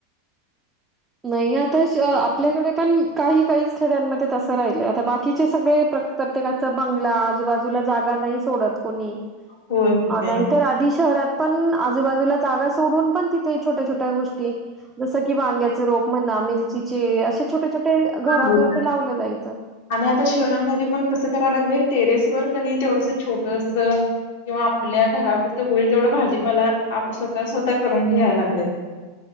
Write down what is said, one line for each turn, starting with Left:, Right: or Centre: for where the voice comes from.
Right: नाही आता श आपल्याकडे पण काही काहीच खेड्यांमध्ये तसं राहिलं आता बाकीचे सगळे प्रत प्रत्येकाचा बंगला आजूबाजूला जागा नाही सोडत कोणी.
Left: होय होय.
Right: नाहीतर आधी शहरात. पण आजूबाजूला जागा सोडून पण तिथे छोट्या छोट्या गोष्टी जस की वांग्या- च रोप म्हणा मिरची जे असे छोटे छोटे घरापुरते
Left: हो.
Right: लावलं जाईत.
Left: आणि आता शहरामध्ये पण कसं कराय लागले टेरेस वर कणी तेवढस छोटसं किंवा आपल्या घरापुरतं होईल तेवढं भाजीपाला आप स्वतः स्वतः करून घ्याया लागलेत.